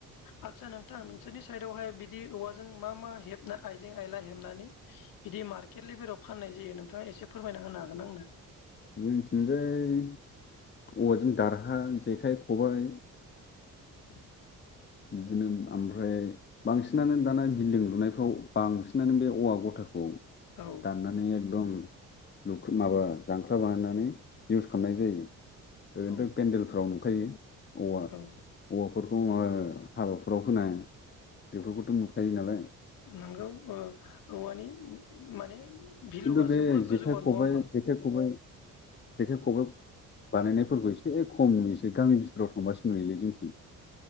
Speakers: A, on the left; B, on the left.
A: आतसा नोंथां नोंसोरनि साइदावहाय बि दि औवाजों मा मा हेबना आइजें आइला हेबनानै बिदि मार्केट लेभेलाव फाननाय जायो नोंथाङा एसे फोरमायना होनो हागोन आंनो
B: जोंनिथिंजाय औवाजों दारहा जेखाइ खबाय
A: <inaudible>
B: बिदिनो आमफ्राय बांसिनानो दाना बिल्डिं लुनायफ्राव बांसिनानो बे औवा गथाखौ
A: औ
B: दाननानै एकदम लुनो माबा जांख्ला बानायनानै इउस खालामनाय जायो ओरैनोथ'
A: औ
B: पेन्देलफ्राव नुखायो औवा औवाफोरखौ
A: औ
B: माबा हाबाफोराव होनाय बेफोरखौथ' नुखायो नालाय
A: नंगौ ओ औवानि माने भेलुआ
B: खिन्थु बे
A: जोबोर गोजौआ
B: जेखाइ खबाइ
A: नङा होमबा
B: जेखाइ खबाइ जेखाइ खबाइ बानायनायफोरबो इसे एसे खम नुयोसो गामि भिथोराव थांबासो नुयोलै जोंनिथिं